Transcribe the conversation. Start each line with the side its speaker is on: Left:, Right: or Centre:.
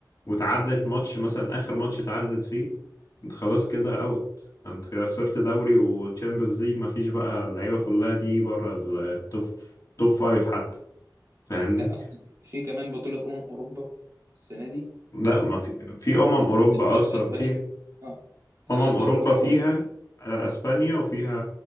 Left: وتعادلت ماتش مثلا اخر ماتش تعادلت فيه انت خلاص كده اوت انت كده خسرت دوري وتشامبيونز ليج مفيش بقى اللعيبه كلها دي بره التوب توب فايف حتى فاهمني
Right: لا اصل في كمان بطوله امم اوروبا السنه دي
Left: لا ما في في
Right: وأس...
Left: امم اوروبا
Right: أس... أس...
Left: اصلا
Right: اسبانيا
Left: فيها
Right: اه
Left: امم
Right: اه دوري
Left: اوروبا
Right: الامم
Left: فيها
Right: الاوروبيه
Left: آه، اسبانيا وفيها